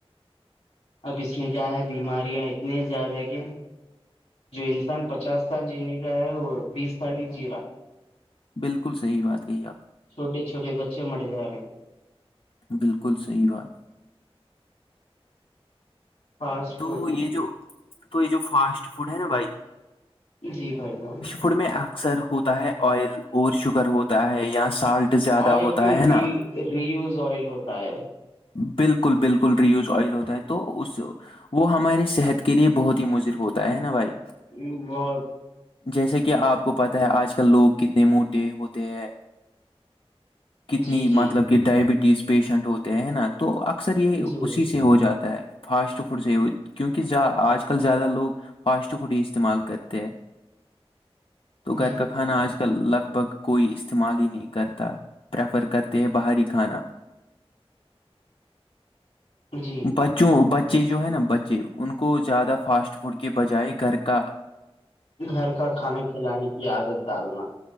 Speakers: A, on the left; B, on the left.
A: اب اس میں کیا ہے بیماریاں اتنی زیادہ ہے کہ جو انسان پچاس سال جینے کا ہے وہ بیس سال ہی جی رہا
B: بالکل صحیح بات کہی آپ نے
A: چھوٹیے چھوے بچے مے رہے
B: بالکل صحیح بات
A: فاسٹ
B: تو
A: فوڈ
B: یہ جو تو یہ جو فاسٹ فوڈ ہے نا بھائی
A: جی بھائی جان
B: فڈ میں اکثر ہوتا ہے آئل اور شوگر ہوتا ہے یا سالٹ زیادہ
A: آئل
B: ہوتا
A: بھی
B: ہے
A: ری
B: نا
A: ریوز آئل ہوتا ہے
B: بالکل بالکل ریوز آئل ہوتا ہے تو اس وہ ہماراری صحت کے لیے بہت ہی مضر ہوتا ہے نا بھائی
A: یہ مت
B: جیسے کہ آپ کو پتاہ ہے آج کل لوگ کتنے موٹے ہوتے ہیں کتنی
A: جی جی
B: مطلب
A: جی
B: کہ ڈائبٹیز پیشنٹ ہوتے ہیں ہے نا تو اکثر یہ
A: جی
B: اسی سے ہو جاتا ہے فاسٹ فوڈ سے ہی ہو کیونکہ آج کل زیادہ لوگ فاسٹ فوڈ ہی استعمال کرتے ہیں تو گھر
A: جی
B: کا
A: بھائی
B: کانا آج لگ بھگ کوئی استعمال ہی نہیں کرتا پریفر کرتے ہیں باہری کھانا
A: جی
B: بچ جو بچے جو ہے نا بچے ان کو زیادہ فاسٹ فوڈ کے بجائے گھر کا
A: گھر کا کھانا کھلانے کی عادت ڈالنا